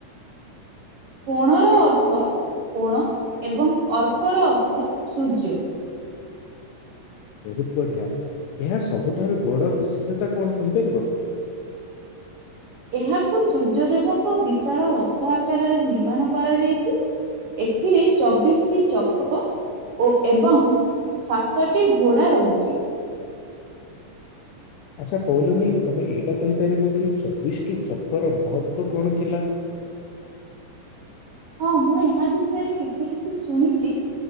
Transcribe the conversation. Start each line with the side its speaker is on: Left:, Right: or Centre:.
Right: କୋଣର ଅର୍ଥ କୋଣ ଏବଂ ଅର୍କର ଅର୍ଥ ସୂର୍ଯ୍ୟ।
Left: ବହୁତ ବଢିଆ, ଏହା ସବୁଠାରୁ ବଡ ବିଶେଷତା କଣ କହିପାରିବ?
Right: ଏହାକୁ ସୂର୍ଯ୍ୟଦେବଙ୍କ ବିଶାଳ ରଥ ଆକାରରେ ନିର୍ମାଣ କରାଯାଇଛି। ଏଥିରେ ଚବିଶଟି ଚକ ଓ ଏବଂ ସାତଟି ଘୋଡା ରହିଛି।
Left: ଆଛା କହିଲନି ତମେ ଏଇଟା କହିପାରିବ କି ଚବିଶଟି ଚକର ମହତ୍ଵ କଣ ଥିଲା?
Right: ହଁ ମୁଁ ଏହା ବିଷୟରେ କିଛି କିଛି ଶୁଣିଛି।